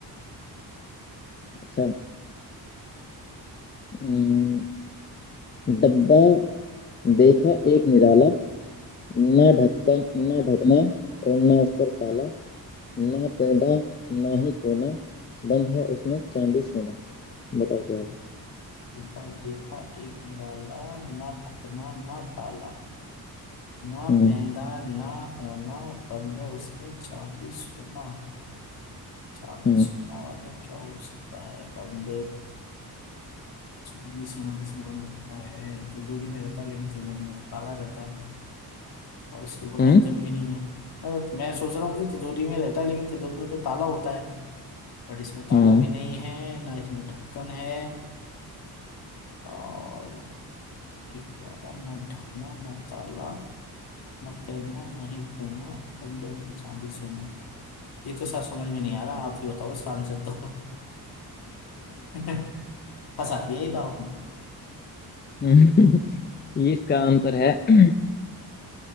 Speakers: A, on the left (about 25°); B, on the left (about 65°).
A: अच्छा हम्म, डब्बा देखा एक निराला ना
B: जब
A: ढक्कन ना ढकना और ना उस पर ताला ना पैदा ना ही कोना बंद है उसमें चांदी सोना बताओ क्या है
B: एक बार देखा एक निराला ना ढकना ना ताला ना
A: हम्म
B: पैदा ना होना बंधे उसमें चांदी सोना चांदी
A: हम्म
B: सोना वाला क्या हो सकता है बंधे चांदी सोना किसमें बंद रहता है तिजोरी में रहता है लेकिन तिजोरी में तो ताला रहता है और इसके ऊपर
A: हम्म
B: ढक्कन भी नहीं है मतलब मैं सोच रहा हूँ कि तिजोरी में रहता है लेकिन तिजोरी में तो ताला होता है बट इसमें ताला
A: हम्म
B: भी नहीं है ना इसमें ढक्कन है और एक वाला ना ढकना ना ताला ना पैदा ना ही कोना बंधे उसमें चांदी सोना ये तो सर समझ में नहीं आ रहा आप ही बताओ इसका आंसर तो <laughs> फंसा दिया ये तो आपने
A: हम्म। <laughs> ये इसका आंसर है <clears throat>